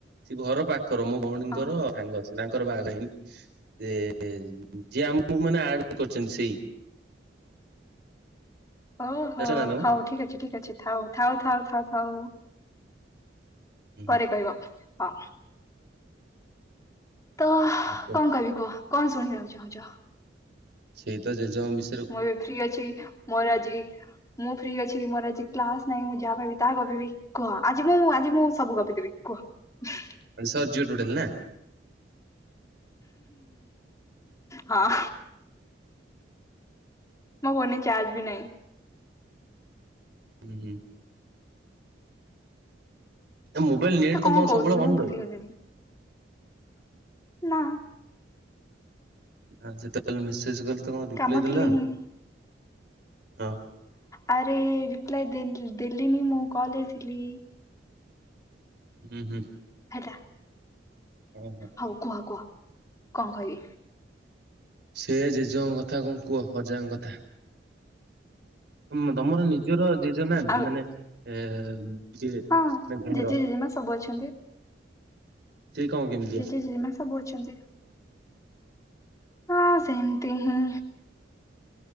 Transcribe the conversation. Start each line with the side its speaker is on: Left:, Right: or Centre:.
Right: ସେ ଘର ପାଖର ମୋ ଭଉଣୀଙ୍କର
Left: ହଁ
Right: ସାଙ୍ଗ। ତାଙ୍କର ବାହାଘର ହେଇନି ଯେ ଯିଏ ଆମକୁ ମାନେ ଆଡ କରିଛନ୍ତି ସେଇ।
Left: ଓହୋ
Right: ଜାଣିଛ ନା ତାଙ୍କୁ
Left: ହଉ ଠିକ ଅଛି ଠିକ୍ ଅଛି ଥାଉ ଥାଉ ଥାଉ ଥାଉ ଥାଉ।
Right: ହୁଁ
Left: ପରେ କହିବ ହଁ ତ
Right: ହୁଁ
Left: କଣ କହିବି କୁହ। କଣ ଶୁଣିବାକୁ ଚାହୁଁଛ?
Right: ସେଇ ତ ଜେଜ ମିସ୍
Left: ମୁଁ ଏବେ ଫ୍ରି ଅଛି ମୋର ଆଜି ମୁଁ ଫ୍ରି ଅଛି ମୋର ଆଜି କ୍ଲାସ ନାଇଁ ମୁଁ ଯାହା ପାଇିବି ତାହା ଗପିବି କୁହ ଆଜି ମୁଁ ଆଜି ମୁଁ ସବୁ ଗପିଦେବି କୁହ। ହଁ।
Right: ସର ଜୁଟ ଟୋଟେଲ ନା।
Left: ହଁ। ମୋ ଫୋନ ରେ ଚାର୍ଜ ବି ନାହିଁ।
Right: ହୁଁ ହୁଁ। ଏ ମୋବାଇଲ ନେଟ୍
Left: ତ କଣ
Right: ତମର
Left: କହୁଥିଲି
Right: ସବୁବେଳେ ଅନ୍
Left: ମୁଁ
Right: ରହେ?
Left: ଭୁଲିଗଲିଣିି। ନା।
Right: ନା ଯେତେବେଳେ ମେସେଜ ଗଲେ ତ ରିପ୍ଲାଏ
Left: କାମ
Right: ଦେଲାନ
Left: ଥିଲେ ହିଁ
Right: ହଁ।
Left: ଆରେ ରିପ୍ଲାଏ ଦେଲିନି ମୁଁ କଲ ରେ ଥିଲି।
Right: ହୁଁ ହୁଁ।
Left: ହେଲା।
Right: ହୁଁ ହୁଁ।
Left: ହଉ କୁହ କୁହ କଣ କହିଲି।
Right: ସେ ଜେଜେଙ୍କ କଥା କଣ କୁହ ଅଜାଙ୍କ କଥା। ହ ତମର ନିଜର ଯେଜନାହାନ୍ତି
Left: ଆଉ
Right: ମାନେ ଏ ଯିଏ
Left: ହଁ
Right: ମାନେ
Left: ଜେଜେ
Right: ଘର
Left: ଜେଜେମା ସବୁ ଅଛନ୍ତି।
Right: ସେ କଣ କେମିତି?
Left: ଜେଜେ ଜେଜେମା ସବୁ ଅଛନ୍ତି। ହଁ ସେମତି ହିଁ।